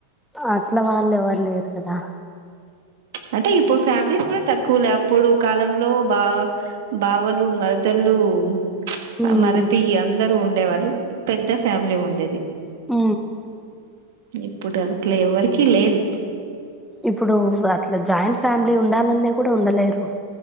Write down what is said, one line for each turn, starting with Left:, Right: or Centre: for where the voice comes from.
Centre: అట్ల వాళ్లెవరు లేరుకదా
Right: అంటే ఇప్పుడు ఫ్యామిలీస్ కూడ తక్కులే అప్పుడు కాలంలో బా బావలు మరదళ్ళు ప్చ్
Centre: ఉమ్
Right: అ మరిది అందరు ఉం ఉండేవాలు పెద్ద ఫ్యామిలీ ఉండేది
Centre: ఊ
Right: ఇప్పుడు అట్ల ఎవరికీ లేదు
Centre: ఇప్పుడు అట్ల జాయింట్ ఫ్యామిలీ ఉండాలన్న కూడ ఉండలేరు